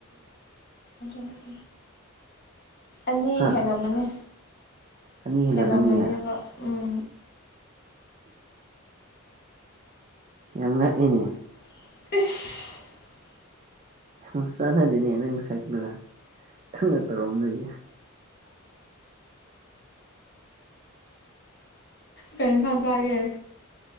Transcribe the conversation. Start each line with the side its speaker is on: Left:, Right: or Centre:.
Left: <unintelligible> <inaudible> ꯑꯅꯤ
Right: ꯍꯥ
Left: ꯍꯦꯜꯂꯝꯃꯅꯤ
Right: ꯑꯅꯤ ꯍꯦꯜꯂꯝꯃꯅꯤꯌꯦ
Left: ꯍꯦꯜꯂꯝꯃꯅꯤꯕ ꯎꯝ
Right: ꯌꯥꯝꯅ ꯉꯛꯏꯅꯦ
Left: <unintelligible> <inaudible>
Right: ꯌꯥꯝ ꯆꯥꯟꯅꯗꯦꯅꯦ ꯅꯪ ꯁꯛꯂꯨꯒ ꯊꯪꯅ ꯇꯧꯔꯝꯕ ꯅꯣꯏꯁꯦ
Left: ꯄꯦꯟꯁ ꯆꯒꯦ